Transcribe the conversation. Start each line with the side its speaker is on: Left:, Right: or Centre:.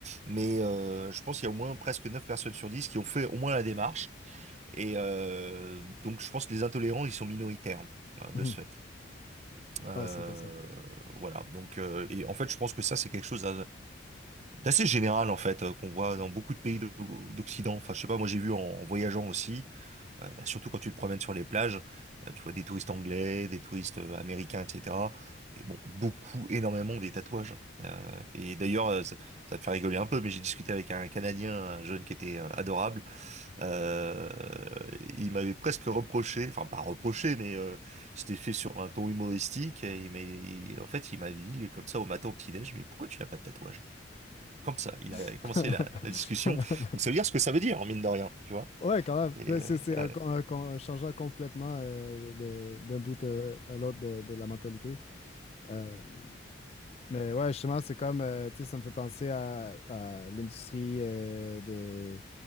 Right: mais euh, je pense qu'il y a au moins presque 9 personnes sur 10 qui ont fait au moins la démarche. Et euh, donc, je pense que les intolérants, ils sont minoritaires, hein,
Left: Mhm.
Right: de ce fait. Euh,
Left: Ah, c'est intéressant.
Right: voilà. Donc, euh, et en fait, je pense que ça, c'est quelque chose d'assez général en fait euh, qu'on voit dans beaucoup de pays d'O- d'Occident. Enfin, je sais pas, moi j'ai vu en, en voyageant aussi, euh, bah, surtout quand tu te promènes sur les plages, euh, tu vois des touristes anglais, des touristes euh, américains, etc. Mais bon, beaucoup, énormément des tatouages. Euh, et d'ailleurs, euh, ça, ça te fait rigoler un peu, mais j'ai discuté avec un Canadien, un jeune qui était euh, adorable. Euh, il m'avait presque reproché, enfin pas reproché, mais euh, c'était fait sur un ton humoristique. Et il m'a- il- en fait, il m'a dit comme ça au matin au petit-déj, mais pourquoi tu n'as pas de tatouage? comme ça. Il a
Left: <laughs>
Right: commencé la, la discussion. Donc ça veut dire ce que ça veut dire, mine de rien, tu vois.
Left: Ouais, quand même.
Right: Et,
Left: Là,
Right: euh,
Left: C'est c'est un,
Right: ouais.
Left: con-
Right: Parce
Left: un un changeant complètement euh, de- d'un bout à, à l'autre de, de la mentalité. Euh, mais ouais, justement, c'est comme, euh, tu sais, ça me fait penser à, à l'industrie euh, de,